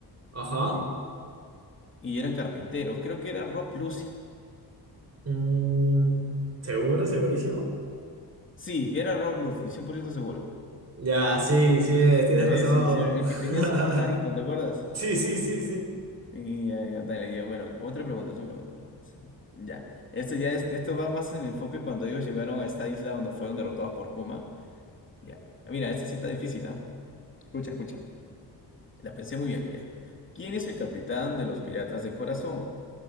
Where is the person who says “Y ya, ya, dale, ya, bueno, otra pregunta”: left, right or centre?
Left